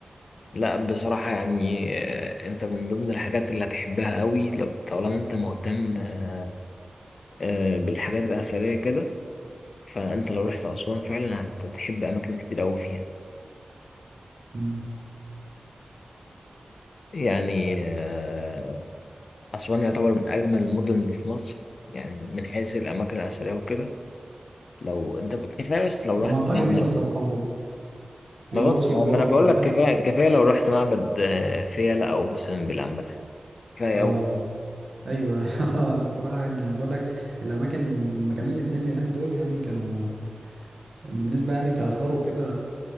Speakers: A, on the left; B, on the right.
A: لا بصراحة يعني آه، انت من ضمن الحاجات اللي هتحبها قوي لو طالما انت مهتم آه، آه، بالحاجات الأثرية كده فانت لو رحت أسوان فعلا هت- هتحب أماكن كتير قوي فيها
B: مم.
A: يعني آه، أسوان يعتبر من أجمل المدن اللي في مصر يعني من حيث الأماكن الأثرية وكده لو انت ب- كفاية بس لو
B: هي
A: رحت
B: منطقة
A: معبد
B: جميلة الصراحة وال... والأقصر
A: ما بس ما
B: برضو
A: ما انا بقول
B: كمان
A: لك كفاية كفاية لو رحت معبد آه، فيلة أو مثلا بالعنبة كفاية
B: اه أيوة <laughs> الصراحة يعني أنا بقول لك الأماكن المكانين الاتنين اللي هناك دول يعني كانوا بالنسبة يعني كآثار وكده